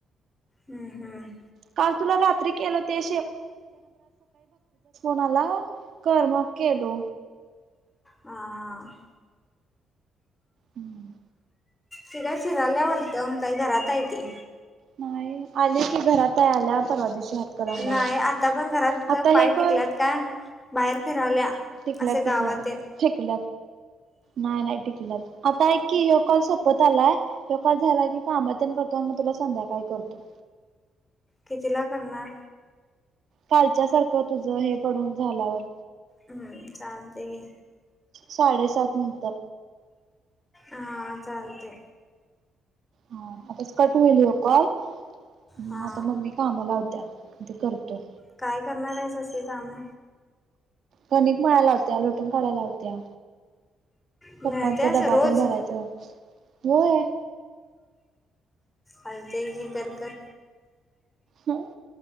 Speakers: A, on the left; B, on the right.
A: हम्म हम्
B: काल तुला रात्री केलो ते मला कर्म केलो
A: हा हा
B: हम्म
A: ती काय फिराल्या वाटतं काय घरात आहे ती
B: नाही आले की घरात आहे आल्या परवा दिवशी हातकणंगल्यावरून
A: नाही आता पण घरात
B: आता
A: पाय
B: हे कॉल
A: टिकल्यात काय बाहेर फिराल्या
B: टिकल्यात
A: असे गावात
B: टिकल्यात
A: तेन
B: टिकल नाही नाही टिकल्यात आता कि यो कॉल सपत आलाय व्ह्यो काय झाला की काम तेन करतो आणि मग तुला संध्याकाळी करतो.
A: कितीला करणार.
B: कालच्या सारखं तुझं हे पडून झाल्यावर.
A: हम्म चालतंय घे
B: साडेसात नंतर.
A: हा चालतय
B: हा आताच कट होईल हेयो कॉल
A: हा
B: म आता मम्मी कामं लावत्या. ते करतो.
A: काय करणार आहेस असे काम.
B: कनिक मळायला लावत्या लोटून काढायला लावत्या.
A: मिळत्याच
B: पप्पांचा डबा
A: रोज
B: तेन भरायचं होय.
A: आणि ते हे कर कर.
B: ह